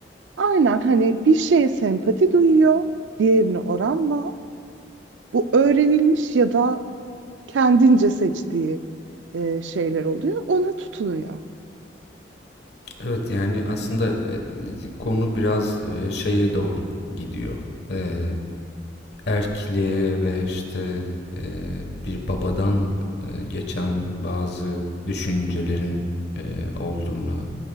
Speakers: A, on the right; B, on the left.
A: Aynen hani bir şeye sempati duyuyor, diğerine oranla. Bu öğrenilmiş ya da kendince seçtiği e, şeyler oluyor. Ona tutunuyor.
B: Evet yani aslında e, konu biraz e, şeye doğru gidiyor. E, erkliğe ve işte eee, bir babadan eee, geçen bazı düşüncelerin eee, olduğuna,